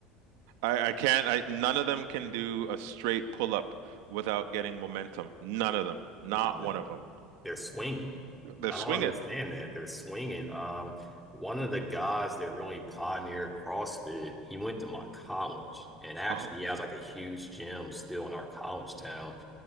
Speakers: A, on the right (about 85°); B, in the centre.
A: I, I can't I none of them can do a straight pull up without getting momentum. None of them. Not
B: Not
A: one
B: at all.
A: of them.
B: They're swinging.
A: They're
B: I
A: swinging.
B: don't understand that. They're swinging. Um, one of the guys that really pioneered CrossFit, he went to my college, and actually,
A: Oh,
B: he has like a huge gym still in our college town.